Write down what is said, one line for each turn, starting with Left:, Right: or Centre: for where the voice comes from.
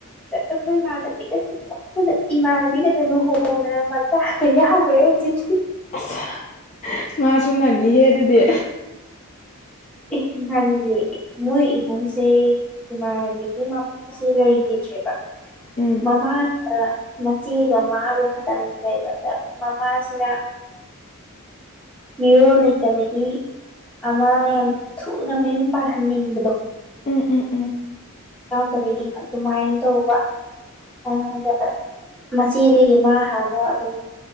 Centre: ꯑꯈꯣꯏ ꯏꯃꯥꯟꯅꯕꯤꯒꯁꯦ ꯀꯞꯇꯅꯒ ꯏꯃꯥꯟꯅꯕꯤꯒ ꯂꯨꯍꯣꯡ ꯍꯣꯡꯗꯅ ꯃꯆꯥꯒ ꯌꯥꯎꯒ꯭ꯔꯦ ꯍꯧꯖꯤꯛꯇꯤ
Left: ꯑꯁ ꯃꯥꯁꯨ ꯉꯜꯂꯤꯍꯦ ꯑꯗꯨꯗꯤ
Centre: ꯑꯦ ꯉꯟꯗꯗꯤ ꯃꯣꯏ ꯏꯃꯨꯡꯁꯦ ꯏꯃꯥꯟꯅꯕꯤꯒꯤ ꯃꯞ ꯁꯦ ꯂꯩꯒꯤꯗ꯭ꯔꯦꯕ
Left: ꯎꯝ
Centre: ꯃꯃꯥꯅ ꯃꯆꯦꯒ ꯃꯥꯒ ꯈꯇꯪ ꯂꯩꯕ ꯑꯗ ꯃꯃꯥꯁꯤꯅ
Left: <inaudible>
Centre: ꯃꯤꯔꯣꯜ ꯂꯩꯇꯕꯒꯤ ꯑꯃ ꯌꯥꯝ ꯊꯨꯅ ꯃꯌꯨꯝ ꯄꯥꯜꯍꯟꯅꯤꯡꯕꯗꯣ꯫
Left: ꯎꯝ ꯎꯝ꯫
Centre: ꯌꯥꯎꯗꯕꯒꯤ ꯑꯗꯨꯃꯥꯏꯟ ꯇꯧꯕ꯫ ꯑꯗ ꯃꯆꯦꯗꯒꯤ ꯃꯥ ꯍꯥꯟꯅ ꯑꯗꯨꯝ